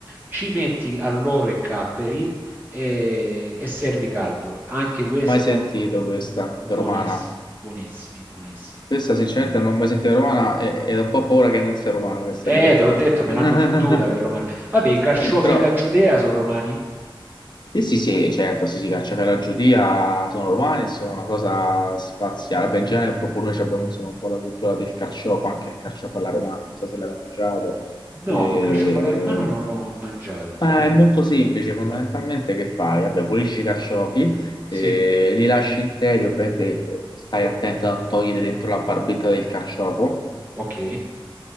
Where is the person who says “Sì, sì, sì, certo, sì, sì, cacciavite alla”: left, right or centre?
Left